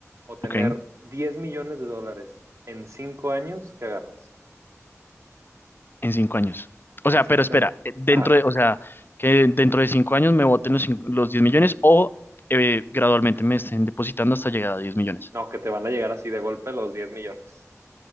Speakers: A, on the right; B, on the left.
A: o tener
B: Ok,
A: 10 millones de dólares en cinco años, ¿qué agarras?
B: en cinco años. O
A: En
B: sea,
A: cinco
B: pero espera,
A: años.
B: eh, dentro
A: Ajá.
B: de, o sea, que dentro de cinco años me voten los, cin- los 10 millones o eh, gradualmente me estén depositando hasta llegar a 10 millones.
A: No, que te van a llegar así de golpe los 10 millones.